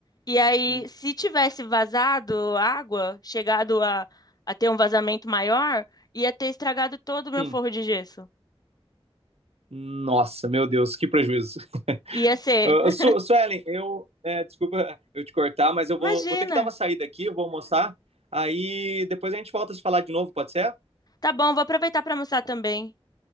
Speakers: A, on the left; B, on the right.
A: e aí
B: Hum,
A: se tivesse vazado água, chegado a, a ter um vazamento maior, ia ter estragado todo o meu
B: Sim.
A: forro de gesso.
B: Nossa, meu Deus, que prejuízo. <laughs>
A: Ia ser.
B: Ah,
A: <laughs>
B: Su Suelen, eu. é, desculpa eu te cortar, mas eu
A: Imagina.
B: vou, vou ter que dar uma saída aqui, eu vou almoçar. Aí depois a gente volta a se falar de novo, pode ser?
A: Tá bom, vou aproveitar para almoçar também.